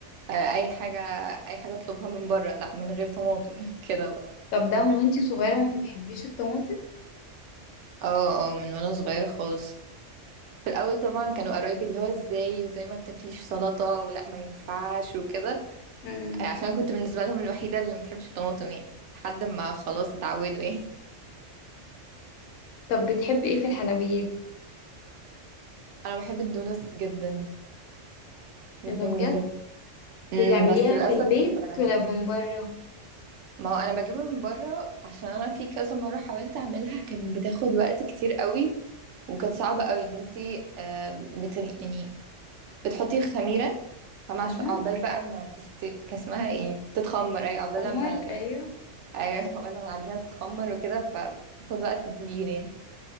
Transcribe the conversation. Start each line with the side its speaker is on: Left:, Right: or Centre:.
Right: آه اي حاجة اي حاجة اطلبها من بره لا من غير طماطم <laughs> كده بقى
Left: طب ده من وانتي صغيره ما بتحبيش الطماطم
Right: اه اه من وانا صغيرة خالص في الاول طبعا كانوا قرايبي اللي هو ازاي وزي ما بتاكليش سلطة ولا ما ينفعش وكده
Left: امم
Right: آه، عشان كنت بالنسبة لهم الوحيدة اللي ما بتحبش الطماطم يعني لحد ما خلاص اتعودوا يعني
Left: طب بتحبي ايه في الحلويات
Right: انا بحب الدونس جدا جدا
Left: ايه ده بجد
Right: جدا امم
Left: بتعمليها
Right: بس للاسف
Left: في البيت
Right: آه،
Left: ولا من بره
Right: ما هو انا بجيبها من بره عشان انا في كذا مرة حاولت اعملها كانت بتاخد وقت كتير قوي وكانت صعبة قوي ان انتي آه، بت... يعني بتحطي خميرة فما
Left: امم
Right: عش- عقبال بقى ما تست كان اسمها ايه تتخمر ايوه عقبال
Left: عمر
Right: ما ال-
Left: ايوه
Right: ايوه عقبال ما العجينة تتخمر وكده فبتاخد وقت كبير يعني